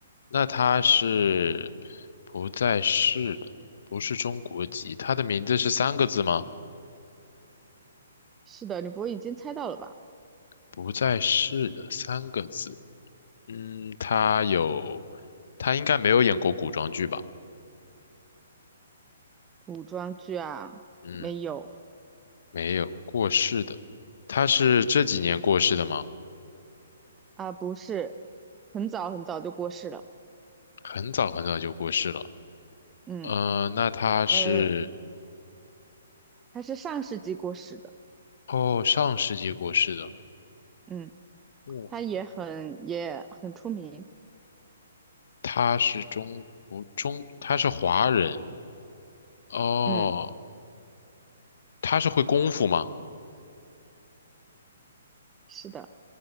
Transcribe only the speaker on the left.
那他是不在世的，不是中国籍。他的名字是三个字吗？
不在世的三个字。嗯，他有，他应该没有演过古装剧吧？
嗯，
没有，过世的。他是这几年过世的吗？
很早很早就过世了。
嗯，那他是，
哦，上世纪过世的。
哦，
他是中国中，他是华人。哦，
他是会功夫吗？